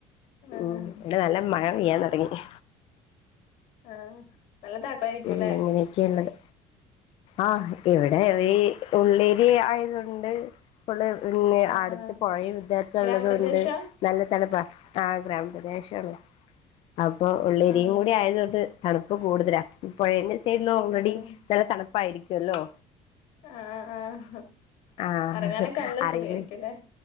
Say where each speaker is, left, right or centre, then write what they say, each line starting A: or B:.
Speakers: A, on the left; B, on the left.
A: ആഹ്
B: ഉം ഇവടെ നല്ല മ മഴ പെയ്യാൻ തൊടങ്ങി
A: ആഹ് നല്ല തണുപ്പായിരിക്കുംല്ലേ
B: മെല്ലെങ്ങെനെ ക്കെള്ളെത് ആഹ് ഇവിടെയീ ഉള്ളേരിയ ആയത്കൊണ്ട് പിന്നെ
A: ആഹ്
B: അട്ത്ത്
A: ആഹ്
B: പൊഴയും ഇതൊക്കെള്ളത്കൊണ്ട്
A: ഗ്രാമപ്രദേശാ
B: നല്ല തണുപ്പാ ആഹ് ഗ്രാമപ്രദേഷാണ് അപ്പൊ ഉള്ളേരിയും
A: ആഹ്
B: കൂടി ആയതുകൊണ്ട് തണുപ്പ് കൂടുതലാ പൊഴേന്റെ സൈഡിലോൾറെഡി
A: ആഹ്
B: നല്ല തണുപ്പായിരിക്കുവല്ലോ?
A: ആഹ് ആഹ്
B: ആഹ്
A: ഒറങ്ങാനൊക്കെ നല്ല
B: അറിയില്ലേ
A: സുഖായിരിക്കുല്ലേ?